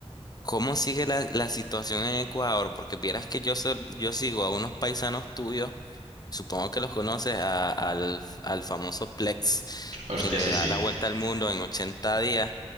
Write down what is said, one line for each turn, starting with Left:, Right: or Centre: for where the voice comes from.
Left: ¿cómo sigue la, la situación en Ecuador? Porque vieras que yo, sol- yo sigo a unos paisanos tuyos, supongo que los conoces, a- al, al famoso Plex,
Right: Hostia,
Left: que le
Right: sí,
Left: da
Right: sí.
Left: la vuelta al mundo en 80 días.